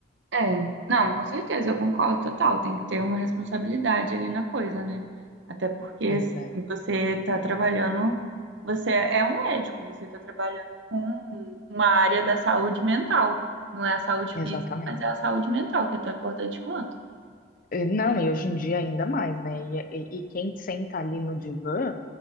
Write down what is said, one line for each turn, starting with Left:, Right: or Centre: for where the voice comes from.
Right: É, não, com certeza, eu concordo total. Tem que ter uma responsabilidade ali na coisa, né? Até porque,
Left: Pois
Right: assim,
Left: é,
Right: você está trabalhando, você é um médico, você está trabalhando com uma área da saúde mental. Não é a saúde
Left: exatamente.
Right: física, mas é a saúde mental, que é tão importante quanto, né?
Left: Eh, Não, e hoje em dia ainda mais, né? E, e- e quem senta ali no divã